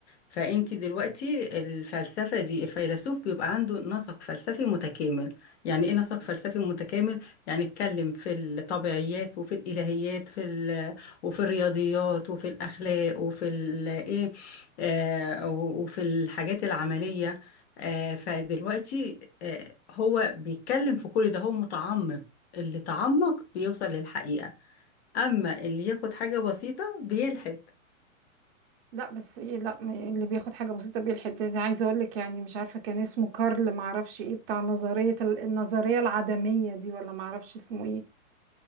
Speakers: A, on the left; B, on the right.
A: فانت دلوقتي الفلسفة دي الفيلسوف بيبقى عنده نسق فلسفي متكامل يعني ايه نسق فلسفي متكامل يعني اتكلم في الطبيعيات وفي الالهيات في ال... وفي الرياضيات وفي الاخلاق وفي ال... ايه آه وفي الحاجات العملية آه فدلوقتي آه هو بيتكلم في كل ده هو متعمق اللي تعمق بيوصل للحقيقة أما اللي ياخد حاجة بسيطة بيلحد
B: لا بس إيه لا ما- يعني اللي بياخد حاجة بسيطة بيلحد أنا عايزة أقول لك يعني مش عارفة كان اسمه كارل معرفش إيه بتاع نظرية ال- النظرية العدمية دي ولا معرفش اسمه إيه